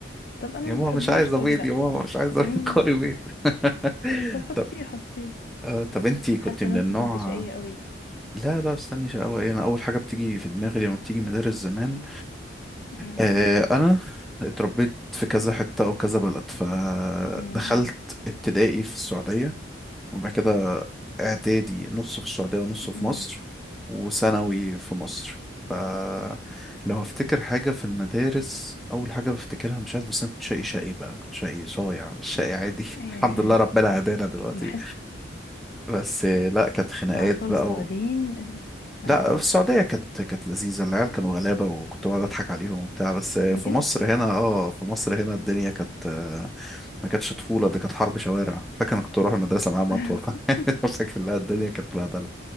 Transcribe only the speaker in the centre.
يا ماما
مش عايز
ابيض
يا ماما مش عايز
ابيض كولي بيض <laughs>
طب
آه طب انتي كنت
من
النوع
لا لا استني شقاوة ايه انا اول حاجه بتيجي في دماغي لما بتيجي مدارس زمان
آه انا اتربيت في كذا حته وكذا بلد فدخلت
ابتدائي في السعوديه وبعد كده إعدادي نص في السعودية ونص في
مصر وثانوي في مصر فلو هفتكر حاجة في المدارس أول حاجة بفتكرها مش عارف بس أنا كنت شقي شقي بقى كنت شقي صايع مش شقي عادي
<laughs> الحمد لله ربنا هدانا دلوقتي
بس لا كانت خناقات
بقى
لا في السعودية كانت كانت لذيذة العيال كانوا غلابة وكنت بقعد أضحك عليهم وبتاع بس في
مصر هنا اه في مصر هنا الدنيا كانت آه، ما كانتش طفولة دي كانت حرب شوارع فاكر أنا كنت بروح المدرسة معايا
مطوة <laughs> فاكر لا الدنيا كانت بهدلة